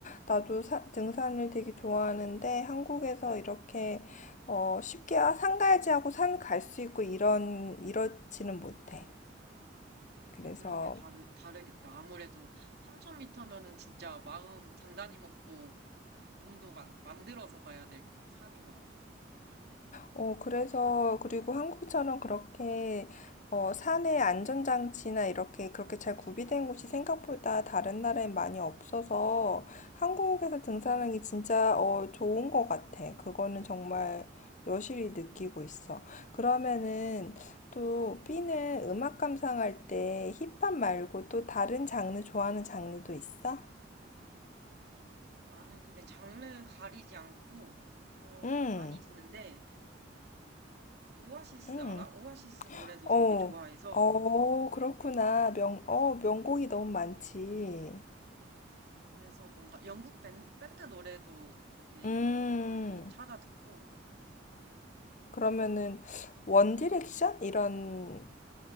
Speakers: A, on the left; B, on the right.
A: 나도 사- 등산을 되게 좋아하는데, 한국에서 이렇게, 어, 쉽게, 아, 산 가야지 하고 산 갈 수 있고, 이런, 이렇지는
B: 음.
A: 못해.
B: 그러니까
A: 그래서,
B: 그런 게 다르, 다르겠다. 아무래도 3,000m면은 진짜 마음 단단히 먹고 몸도 만, 만들어서 가야 될 산인 것 같아.
A: 어, 그래서, 그리고 한국처럼 그렇게, 어, 산에 안전장치나 이렇게, 그렇게 잘 구비된 곳이 생각보다 다른 나라에 많이 없어서 한국에서
B: 맞지.
A: 등산하기 진짜, 어, 좋은 것 같아. 그거는 정말 여실히 느끼고 있어. 그러면은 또 B는 음악 감상할 때 힙합 말고 또 다른 장르 좋아하는 장르도 있어?
B: 나는 근데 장르 가리지 않고 어,
A: 응,
B: 많이 듣는데 오아시스
A: 응.
B: 알아? 오아시스 노래도
A: 어,
B: 되게 좋아해서
A: 어, 그렇구나. 명, 어, 명곡이 너무 많지.
B: 그래서 뭔가 영국 밴, 밴드 노래도 되게
A: 음,
B: 많이 찾아 듣고 어,
A: 그러면은, 원디렉션? 이런